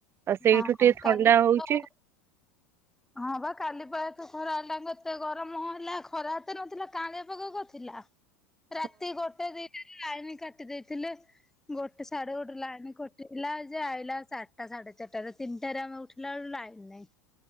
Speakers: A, on the right; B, in the centre.
A: ଆ ସେଇଠୁ
B: ହଁ।
A: ଟିକେ ଥଣ୍ଡା
B: କାଲି ତ
A: ହଉଚି।
B: ହଁ ବା କାଲି ପା ଏତେ ଖରା ହେଲା ନେ ଏତେ ଗରମ ହେଲା ଖରା ଏତେ ନଥିଲା କାଁଳିଆ ପାଗ କରିଥିଲା।
A: <inaudible>
B: ରାତି ଗୋଟେ ଦିଟାରେ ଲାଇନ କାଟି ଦେଇଥିଲେ। ଗୋଟେ ସାଢେ ଗୋଟେ ଲାଇନ କଟିଲା ଯେ ଆଇଲା ଚାରଟା ସାଢେ ଚାରିଟାରେ ତିନିଟାରେ ଆମେ ଉଠିଲା ଆଳୁ ଲାଇନ ନାଇଁ।